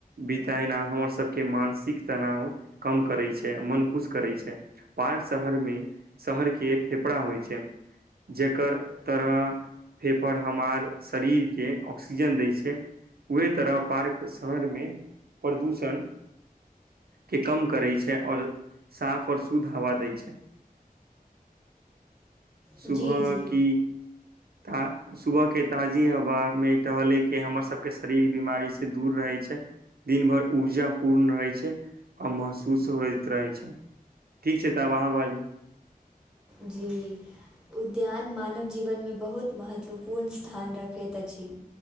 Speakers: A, on the right; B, in the centre.
A: बितेना हमर सबके मानसिक तनाव कम करै छै मन खुश करै छै। पार्क शहर मे शहर के फेफड़ा होइ छै जकर तरह फेपर हमार शरीर के ऑक्सीजन दै छै उहे तरह पार्क शहर मे प्रदूषण के कम करै छै और साफ और शुद्ध हवा दै छै। सुबह
B: जी जी
A: की ता सुबह के ताजी हवा मे टहलैके हमर सब के शरीर बीमारी सऽ दूर रहै छै। दिन भर ऊर्जा पूर्ण रहै छै आ महसूस होइत रहै छै। ठीक छै तऽ आब अहाँ बाजू
B: जी उद्यान मानव जीवन मे बहुत महत्वपूर्ण स्थान रखैत अछि।